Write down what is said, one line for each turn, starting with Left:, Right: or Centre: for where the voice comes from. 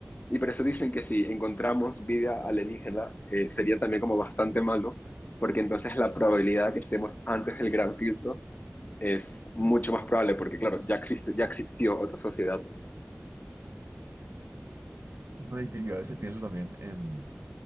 Left: Y por eso dicen que si encontramos vida alienígena, eh, sería también como bastante malo, porque entonces la probabilidad de que estemos antes del gran filtro es mucho más probable, porque claro, ya existe, ya existió otra sociedad.
Right: No, y yo a veces pienso también en...